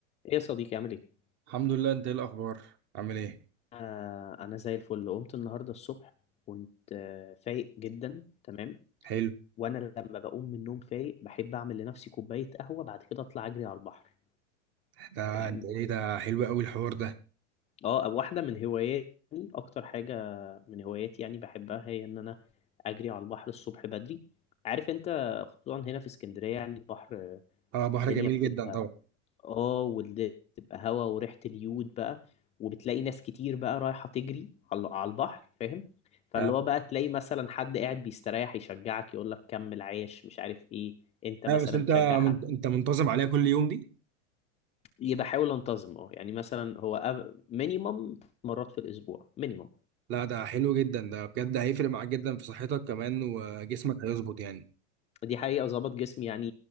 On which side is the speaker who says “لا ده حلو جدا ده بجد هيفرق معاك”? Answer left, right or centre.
Right